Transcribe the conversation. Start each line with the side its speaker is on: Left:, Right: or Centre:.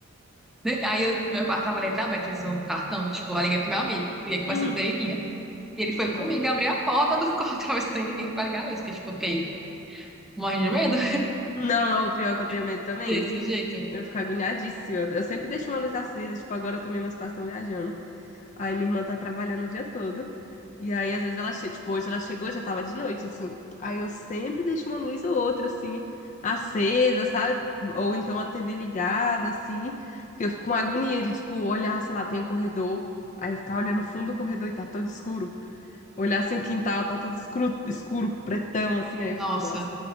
Centre: Aí eu, meu quarto tava letra aberta, precisou um cartão. Tipo, eu liguei pro meu amigo, liguei que conversou
Left: Uhum.
Centre: com ele. né? E ele foi comigo
Left: Não.
Centre: abrir a porta do quarto, <laughs> tava sem ninguém pra ligar a luz, porque, tipo, ok, morre de medo
Left: Não, não, o pior é que eu tenho medo
Centre: <laughs>
Left: também.
Centre: desse jeito.
Left: Eu fico agoniadíssima. Eu sempre deixo uma luz acesa. Tipo, agora também meus pais estão viajando. Aí minha irmã tá trabalhando o dia todo. E aí, às vezes, ela chega, tipo, hoje ela chegou, já tava de noite, assim. Aí eu sempre deixo uma luz ou outra, assim, acesa, sabe? Ou então a TV ligada, assim. Porque eu fico com uma agonia de, tipo, olhar, sei lá, tem um corredor. Aí ficar olhando o fundo do corredor e tá todo escuro. Olhar assim o quintal, tá todo escuro, escuro, pretão, assim. Aí
Centre: Nossa,
Left: eu fico, nossa,